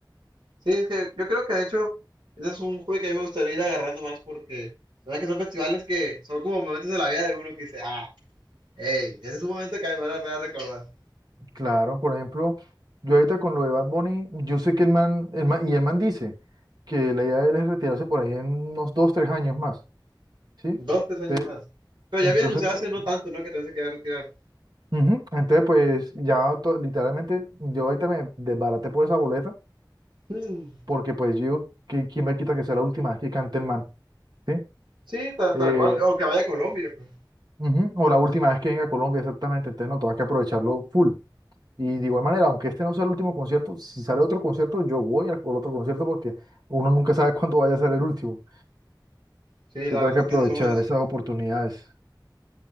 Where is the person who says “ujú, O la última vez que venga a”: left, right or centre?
Right